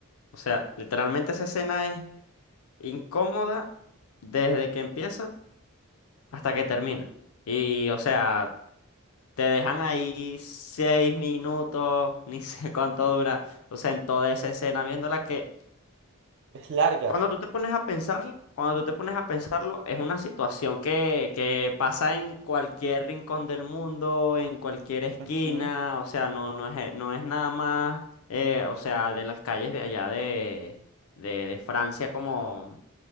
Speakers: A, on the left; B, on the right.
A: o sea, literalmente esa escena es incómoda desde que empieza hasta que termina. Y, o sea... Te dejan ahí seis minutos, <laughs> ni sé cuánto dura. O sea, en toda esa escena viéndola que
B: es larga.
A: cuando tú te pones a pensarlo, cuando tú te pones a pensarlo, es una situación que, que pasa en cualquier rincón del mundo, en cualquier esquina.
B: Ujú,
A: O sea, no, no es, eh, no es nada más, eh, o sea, de las calles de allá de, de, de Francia como